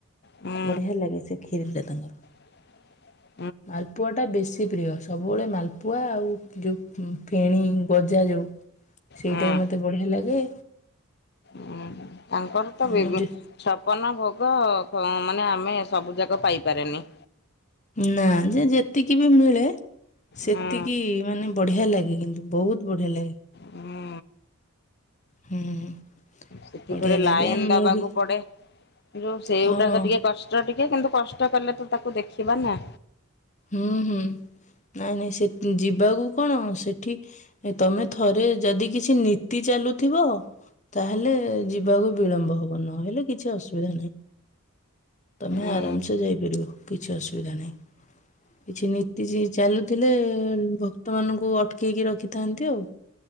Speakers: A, on the left; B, on the left.
A: ହୁଁ
B: ବଢିଆ ଲାଗେ ସେ କ୍ଷୀରି ରେ ତାଙ୍କର।
A: <unintelligible>
B: ମାଲପୁଆ ଟା ବେଶୀ ପ୍ରିୟ ସବୁବେଳେ ମାଲପୁଆ ଆଉ ଯୋଉ ଫେଣି ଗଜା ସେଇଟା
A: ହୁଁ।
B: ହ ମତେ ବଢିଆ ଲାଗେ।
A: ହୁଁ ତାଙ୍କର ତ ବି
B: ମୁଁ ଯେ
A: ଛପନ ଭୋଗ। ହ ମାନେ ଆମେ ସବୁ ଯାକ ପାଇପାରେନି।
B: ନା ଯେ ଯେତିକି ବି ମିଳେ ସେତିକିମାନେ
A: ହୁଁ
B: ବଢି଼ଆ ଲାଗେ କିନ୍ତୁ ବହୁତ ବଢି଼ଆ ଲାଗେ।
A: ହୁଁ
B: ହୁଁ।
A: ସେଥିପରେ
B: ବଢିଆ
A: ଲାଇନ
B: ଲାଗେ ମୁଁ
A: ଦବାକୁ
B: ବି
A: ପଡେ଼ ଯୋଉ ସେଇଗଟା
B: ହଁ
A: ତ ଟିକେ କଷ୍ଟ ଟିକେ କିନ୍ତୁ କଷ୍ଟ କଲେ ତୁ ତାକୁ ଦେଖିବା ନା।
B: ହୁଁ ହୁଁ। ନାଇଁ ନାଇଁ ସେ ଯିବାକୁ କଣ ସେଠି ତମେ ଥରେ ଯଦି କିଛି ନୀତି ଚା ଚାଲୁଥିବ ତାହେଲେ ଯିବାକୁ ବିଳମ୍ବ ହବ ନହେଲେ କିଛି ଅସୁବିଧା ନାହିଁ। ତମେ
A: ଉଁ
B: ଆରାମସେ ଯାଇପାରିବ କିଛି ଅସୁବିଧା ନାହିଁ। କିଛି ନୀତି ଚାଲୁଥିଲେ ଭକ୍ତ ମାନଙ୍କୁ ଅଟକେଇକି ରଖିଥାନ୍ତି ଆଉ